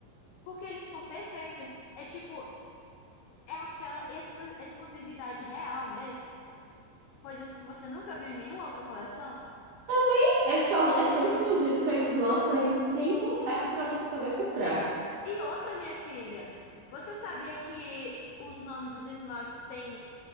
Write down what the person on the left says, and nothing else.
porque eles são perfeitos. É tipo, é aquela exclu- exclusividade real mesmo. coisas que você nunca viu em nenhuma outra coleção?
E outra, minha filha, você sabia que os nomes dos esmaltes têm